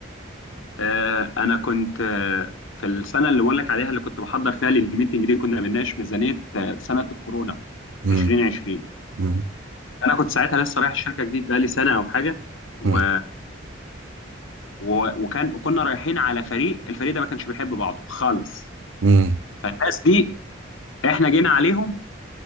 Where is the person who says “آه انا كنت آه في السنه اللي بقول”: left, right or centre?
Left